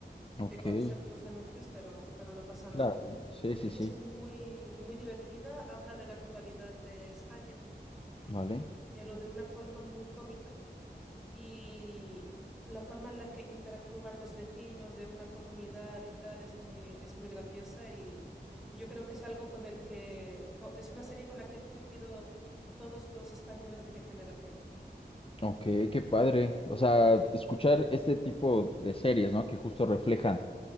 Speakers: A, on the left; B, in the centre.
A: ok,
B: Te comes algunos anuncios, pero, pero no pasa nada.
A: claro. Sí, sí,
B: y
A: sí,
B: es Ok. muy, muy divertida. Habla de la actualidad de España,
A: vale.
B: pero de una forma muy cómica y la forma en la que interactúan los vecinos de una comunidad y tal es muy, es muy graciosa y yo creo que es algo con el que co- es una serie con la que han crecido todos los españoles de mi generación.
A: Ok, qué padre. O sea, escuchar este tipo de series, ¿no? Que justo reflejan